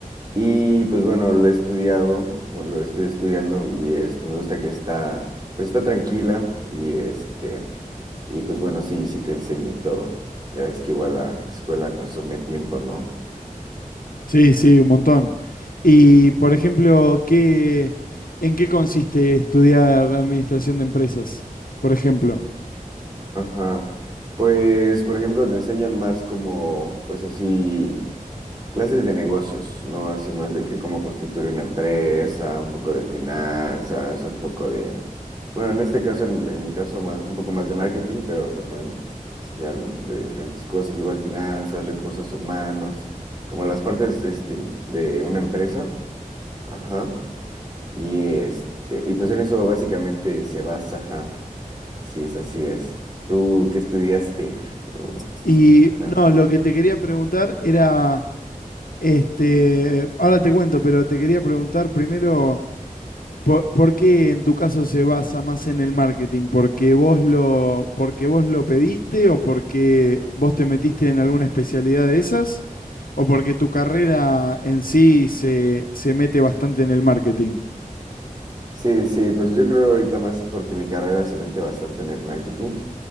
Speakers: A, on the right (about 30°); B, on the left (about 80°).
A: y pues bueno, lo he estudiado, bueno, lo estoy estudiando y este, me gusta que está, pues está tranquila y este, y pues bueno, sí, sí te enseña y todo. Ya ves que igual la escuela consume tiempo, ¿no?
B: Sí, sí, un montón. Y, por ejemplo, ¿qué, en qué consiste estudiar administración de empresas, por ejemplo?
A: Ajá. Pues, por ejemplo, te enseñan más como, pues así, clases de negocios, ¿no? Así más de que cómo constituir una empresa, un poco de finanzas, un poco de... Bueno, en este caso, en, en mi caso, más, un poco más de marketing, pero te pueden enseñar de diferentes cosas, igual finanzas, recursos humanos, como las partes este, de una empresa. Ajá. Y este, y pues en eso básicamente se basa, ajá. Así es, así es. ¿Tú qué estudiaste? Oh,
B: Y
A: ajá.
B: no, lo que te quería preguntar era, este, ahora te cuento, pero te quería preguntar primero ¿Por, por qué en tu caso se basa más en el marketing? ¿Porque vos lo, porque vos lo pediste o porque vos te metiste en alguna especialidad de esas? ¿O porque tu carrera en sí se, se mete bastante en el marketing?
A: Sí, sí, pues yo creo ahorita más es porque mi carrera se mete bastante en el marketing.